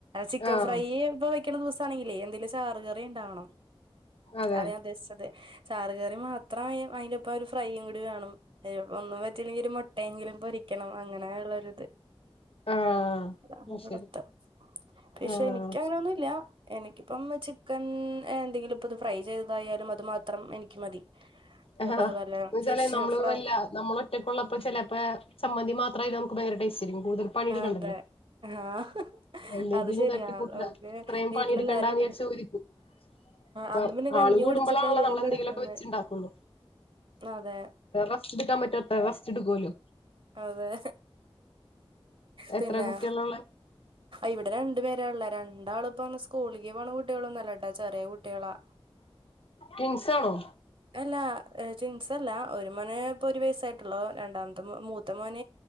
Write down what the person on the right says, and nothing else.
ചിക്കൻ
ഫ്രൈ ഇപ്പോ വെക് വെക്കുന്ന ദിവസ ആണെങ്കിലേ എന്തേലും ചാറുകറി ഉണ്ടാവണം
അത ഞാൻ ഉദ്ദേശിച്ചത് ചാറുകറി മാത്രമായി അതിന്പ്പ ഒരു ഫ്രൈയും കൂടി വേണം അ ഒന്നും പറ്റില്ലെങ്ക ഒരു മുട്ടയെലും <unintelligible> അങ്ങനെ ഉള്ളരിത്
അതാണ് ഇവിടത്തെ
പക്ഷെ
എനിക്ക് അങ്ങനെന്നുമല്ല എനിക്കിപ്പം ചി ചിക്കൻ എന്തെങ്കിലും ഇപ്പ ഇത് ഫ്രൈ ചെയ്തതായാലും അത് മാത്രം എനിക്ക് മതി
ഇപ്പ
അതുപോലെ
ഫിഷ്
ഫ്രൈ
അതെ
ആഹ്
അത് ശരിയാ
നമുക്ക്
വീട്ടിലെല്ലാരും
ഉണ്ട്
അന്ന് പിന്നെ കഞ്ഞി
കുടിച്ചിട്ടായാലും
കെടക്കുന്നെ
അതെ
അതെ
പിന്നെ
ഇവിടെ രണ്ടുപേരായുള്ളേ രണ്ടാളും പന്ന സ്കൂളിക്ക് പോണ കുട്ടികളന്നുംല്ല ചെറിയ കുട്ടികളാ
അല്ല <unintelligible> ല്ല ഒരു മന ഇപ്പൊ ഒരു വയസായിട്ടുള്ളൂ രണ്ടാമത്തെ മൂത്ത മോൻ